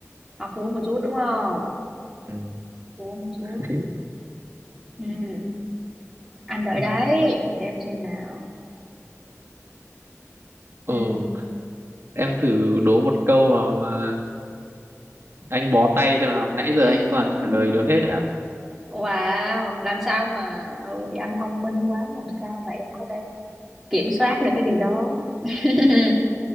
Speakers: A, in the centre; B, on the right.
A: học vú một chút đúng không
B: ừ.
A: vú một chút
B: <laughs>
A: Ừm, anh đợi
B: ừ.
A: đấy để em xem nào Ừ.
B: ừ em thử đố một câu mà, mà anh bó tay xem nào nãy
A: <laughs>
B: giờ anh toàn trả lời được hết đã
A: Wow, làm sao mà ừ, thì anh thông minh quá, làm sao mà em có thể kiểm soát được cái điều đó. <laughs>